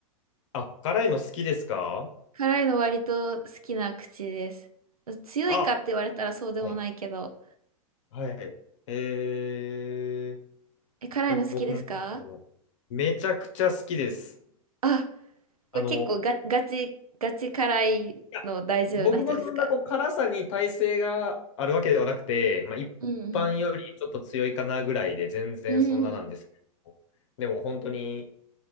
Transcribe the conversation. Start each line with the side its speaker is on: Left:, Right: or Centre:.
Left: あ、辛いの好きですか
Right: 辛いの割と好きな口です。強いかって言われたらそうでもないけど。
Left: あ、はい。はい。えー、
Right: え、辛いの好きですか
Left: え僕も辛いのめちゃくちゃ好きです。
Right: あ、これ結構ガ、
Left: あの、
Right: ガチ、ガチ辛いの大丈夫な人ですか
Left: や僕もそんなこう辛さに耐性があるわけではなくて、まあ、一般よりちょっと強いかなぐらいで全然そんななんですけど、
Right: うんうん。うんうん。
Left: でも本当に